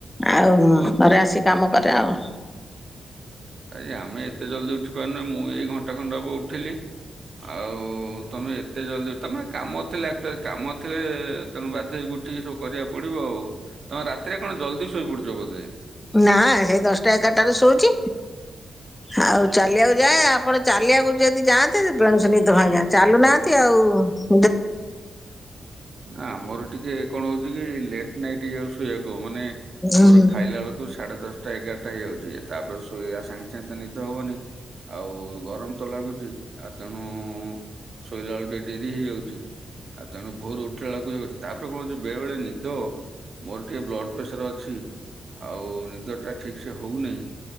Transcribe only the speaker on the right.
ଆଜ୍ଞା ଆମେ ଏତେ ଜଲଦି ଉଠି ପାରୁନୁ ମୁଁ ଏଇ ଘଣ୍ଟେ ଖଣ୍ଡେ ହବ ଉଠିଲି। ଆଉ-ଉ-ଉ ତମେ ଏତେ ଜଲଦି ତମେ କାମ ଥିଲେ ଆକଚୁଆଲି କାମ ଥିଲେ-ଏ-ଏ-ଏ ତେଣୁ ବାଧ୍ୟ ହେଇକି ଉଠିକି ସବୁ କରିବାକୁ ପଡିବ ଆଉ। ତମେ ରାତିରେ କଣ ଜଲ୍ଦି ଶୋଇପଡୁଛ ବୋଧେ?
ଆ ଆମର ଟିକେ କଣ ହଉଛି କି ଲେଟ୍ ନାଇଟ୍ ହେଇଯାଉ ଶୋଇବାକୁ-ଉ-ଉ ମାନେ ଆମର
ଖାଇଲା ବେଳକୁ ସାଢେ ଦଶଟା ଏଗାରଟା ହେଇଯାଉଛି। ତାପରେ ଶୋଇବା ସାଙ୍ଗେ ସାଙ୍ଗେ ତ ନିଦ ହବନି। ଆଉ-ଉ-ଉ-ଉ ଗରମ ତ ଲାଗୁଛି ଆଉ ତେଣୁ-ଉ-ଉ-ଉ ଶୋଇଲା ବେଳକୁ ଟିକେ ଡେରି ହେଇଯାଉଛି। ଆଉ ତେଣୁ ଭୋର ଉଠିଲା ବେଳକୁ ଯ ତାପରେ କଣ ହଉଛି ବେଳେ ବେଳେ ନିଦ ମୋର ଟିକେ ବ୍ଲଡ ପ୍ରେସର ଅଛି ଆଉ-ଉ-ଉ ନିଦ ଟା ଠିକ ସେ ହଉ ନାହିଁ।